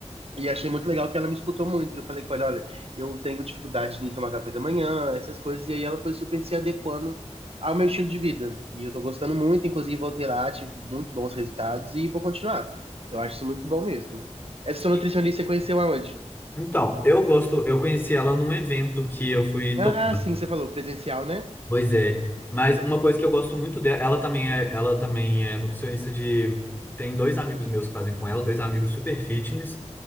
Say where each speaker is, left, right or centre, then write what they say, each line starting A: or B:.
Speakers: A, on the right; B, on the left.
A: E achei muito legal que ela me escutou muito. Eu falei com ela, olha, eu tenho dificuldade em tomar café da manhã, essas coisas. E aí ela foi super se adequando ao meu estilo de vida. E eu tô gostando muito, inclusive voltei lá, tive muitos bons resultados e vou continuar. Eu acho isso muito bom mesmo. Essa
B: Sim.
A: sua nutricionista você conheceu aonde?
B: Então, eu gosto, eu conheci ela num evento que eu fui tocar
A: Ah, sim, você falou, presencial, né?
B: Pois é. Mas uma coisa que eu gosto muito dela, ela também é, ela também é nutricionista de. Tem dois amigos meus que fazem com ela, dois amigos super fitness.